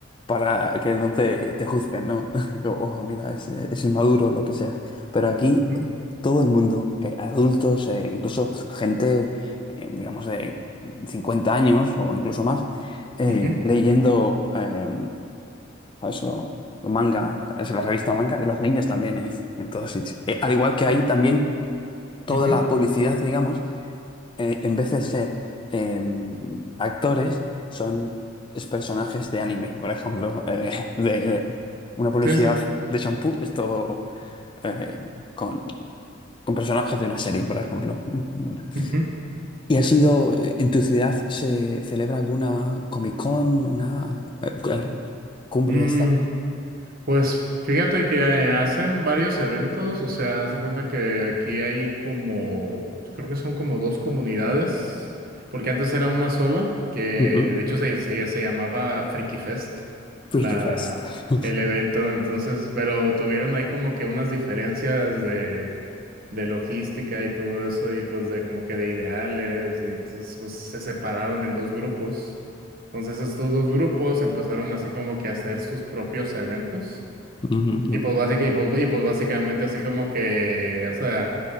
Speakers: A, on the left; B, on the right.
A: para que no te, te juzguen, ¿no? <laughs> Como, Ojo, mira, es, es inmaduro o lo que sea. Pero aquí
B: ujú,
A: eh, todo el mundo, eh, adultos, eh, incluso gente eh, digamos, de 50 años o incluso más eh,
B: ujú,
A: leyendo eh, ¿sabes? Lo, lo manga, es la revista manga, y los niños también eh, en todos sitios. Eh, al igual que ahí también toda
B: ujú.
A: la publicidad, digamos, eh, en vez de ser eh, actores, son es personajes de anime, por ejemplo, <laughs> eh, de, de una publicidad
B: Sí, sí.
A: de shampoo es todo eh, con, con personajes de una serie, por ejemplo. Mm, mola.
B: ujú.
A: ¿Y ha sido, eh, en tu ciudad se celebra alguna Comic Con, una eh, cu- eh, cumbre
B: Mm,
A: de esta?
B: Pues fíjate que eh, hacen varios eventos, o sea, haz de cuenta que aquí hay como, creo que son como dos comunidades, porque antes era una sola, que
A: Ujú.
B: de hecho se, se, se llamaba Freaky Fest,
A: Freaky
B: la,
A: Fest. <laughs>
B: el evento, entonces, pero tuvieron ahí como que unas diferencias de, de logística y todo eso, y pues de como que de ideales, y entonces pues se separaron en dos grupos. Entonces estos dos grupos empezaron así como que a hacer sus propios eventos.
A: Ujú.
B: Y pues, básica- y pues, y pues básicamente así como que, o sea,